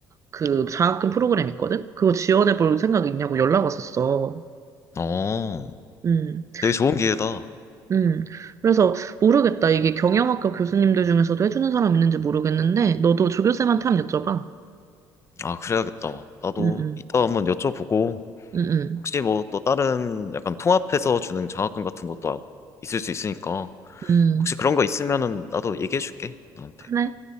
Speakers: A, on the right; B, on the left.
A: 그 장학금 프로그램 있거든? 그거 지원해볼 생각 있냐고 연락 왔었어.
B: 어,
A: 음,
B: 되게 좋은 기회다.
A: 음. 그래서 모르겠다. 이게 경영학과 교수님들 중에서도 해주는 사람 있는지 모르겠는데, 너도 조교쌤한테 한번 여쭤봐.
B: 아, 그래야겠다. 나도
A: 응, 응,
B: 이따 한번 여쭤보고,
A: 응, 응.
B: 혹시 뭐 또 다른 약간 통합해서 주는 장학금 같은 것도 있을 수 있으니까,
A: 음,
B: 혹시 그런 거 있으면은 나도 얘기해줄게, 너한테.
A: 그래.